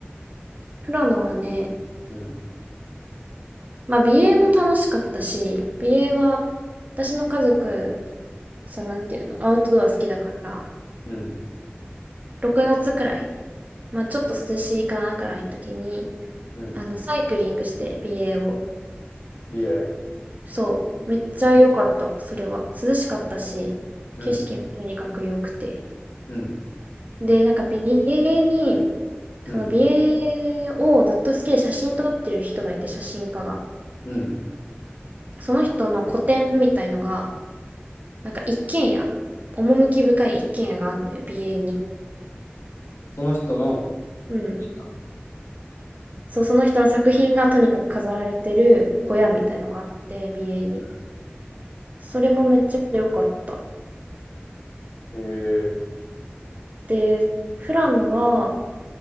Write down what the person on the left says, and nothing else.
うん、
うん、
うん。
美瑛。
う
ん、うん、
うん、
うん。
その人の、
あ
え
うん
えー、